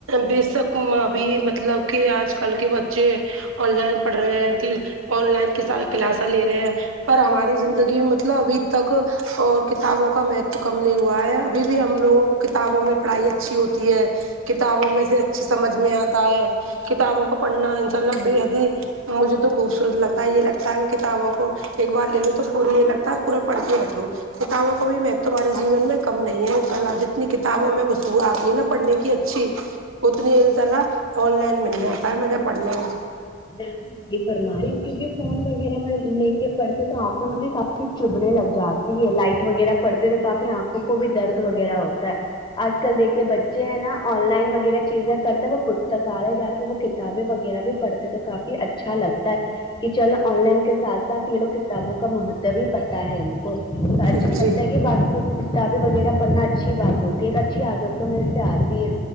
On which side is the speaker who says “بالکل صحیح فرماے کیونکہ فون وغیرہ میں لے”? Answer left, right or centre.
Left